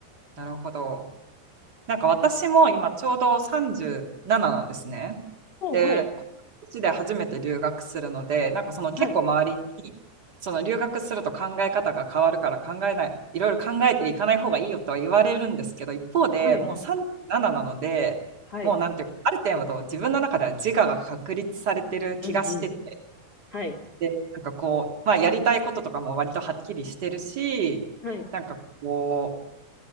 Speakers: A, on the right; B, on the left.
A: なるほど。なんか私も今ちょうど37なななんですね。
B: もう、
A: で、
B: はい。
A: この年で初めて留学するので、なんかその結構周りに、
B: はい。
A: その留学すると考え方が変わるから考えない、いろいろ考えていかない方がいいよとは言われるんですけど、一方でもう37なななので、
B: はい。はい。
A: もうなんていうか、ある程度自分の中では自我が確立されてる気がしてて、
B: うん、うん。はい。
A: で、なんかこう、まあやりたいこととかも割とはっきりしてるし、
B: はい。
A: なんかこう、